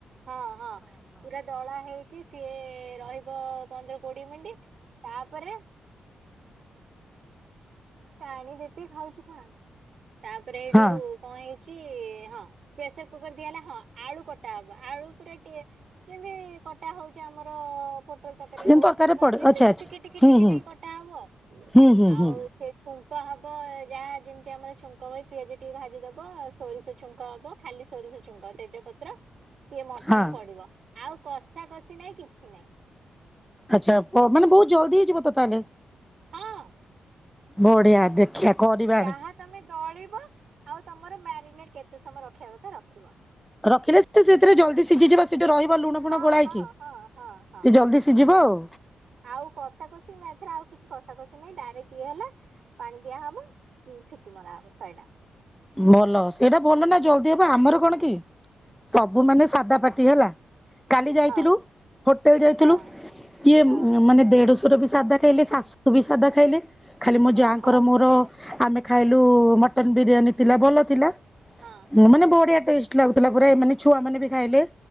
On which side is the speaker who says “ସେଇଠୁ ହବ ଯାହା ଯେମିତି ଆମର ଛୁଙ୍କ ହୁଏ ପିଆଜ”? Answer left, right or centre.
Right